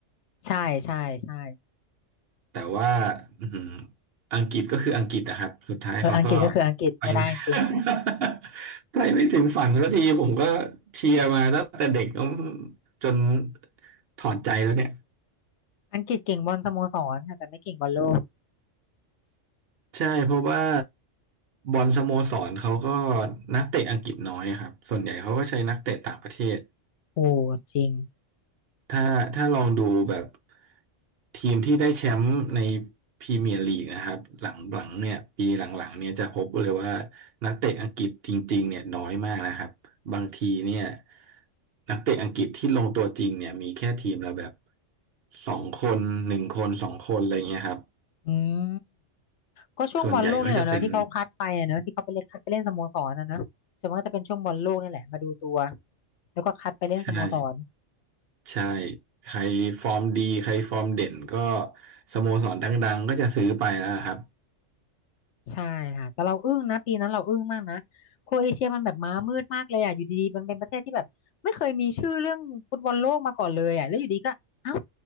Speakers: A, on the left; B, on the right.
A: ใช่ใช่ใช่
B: แต่ว่าอือหืออังกฤษก็คืออังกฤษนะครับสุดท้ายเขาก็
A: เอออังกฤษก็คืออังกฤษไม่ได้จริง
B: ไปไม่ <laughs> ไปไม่ถึงฝันสักทีผมก็เชียร์มาตั้งแต่เด็กจนถอดใจแล้วเนี่ย
A: อังกฤษเก่งบอลสโมสรค่ะแต่ไม่เก่งบอลโลก
B: ใช่เพราะว่าบอลสโมสรเขาก็นักเตะอังกฤษน้อยอะครับส่วนใหญ่เขาก็ใช้นักเตะต่างประเทศ
A: โอ้จริง
B: ถ้าถ้าลองดูแบบทีมที่ได้แชมป์ในพรีเมียร์ลีกนะครับหลังๆเนี่ยปีหลังๆเนี่ยจะพบเลยว่านักเตะอังกฤษจริงๆเนี่ยน้อยมากนะครับบางทีเนี่ยนักเตะอังกฤษที่ลงตัวจริงเนี่ยมีแค่ทีมละแบบสองคนหนึ่งคนสองคนอะไรเงี้ยครับ
A: อืมก็ช่วงบอลโลกนี่แหละเนอะที่เขาคัดไปอะเนอะที่เขาไปเล่นคัดไปเล่นสโมสรนะเนอะส่วนมากจะเป็นช่วงบอลโลกนี่แหละมาดูตัว
B: ส่วนใหญ่ก็จะเป็น
A: แล้วก็คัดไปเล่นสโมสร
B: ใช่ ใช่ใครฟอร์มดีใครฟอร์มเด่นก็สโมสรดังๆก็จะซื้อไปแล้วครับ
A: ใช่ค่ะแต่เราอึ้งนะปีนั้นเราอึ้งมากนะโครเอเชียมันแบบม้ามืดมากเลยอ่ะอยู่ดีๆมันเป็นประเทศที่แบบไม่เคยมีชื่อเรื่องฟุตบอลโลกมาก่อนเลยอ่ะแล้วอยู่ดีก็เอ้า